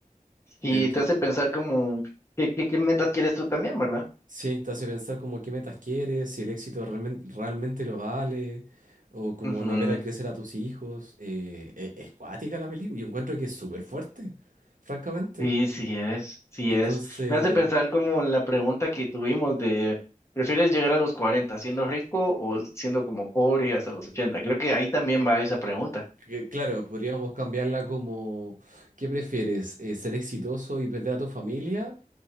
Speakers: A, on the left; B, on the right.
A: Y
B: Entonces,
A: te hace pensar como, ¿qué, qué, qué metas quieres tú también, verdad?
B: Sí, te hace pensar como qué metas quieres, si el éxito realmente, realmente lo vale, o como
A: Ujú.
B: no ver a crecer a tus hijos. eh, e- es, cuática la película. Yo encuentro que es súper fuerte, francamente.
A: Sí, sí es, sí
B: Entonces,
A: es. Me hace pensar como la pregunta que tuvimos de, ¿prefieres llegar a los 40 siendo rico o siendo como pobre hasta los ochenta Creo que ahí también va esa pregunta.
B: que- claro, podríamos cambiarla como, ¿qué prefieres? eh, ¿ser exitoso y perder a tu familia?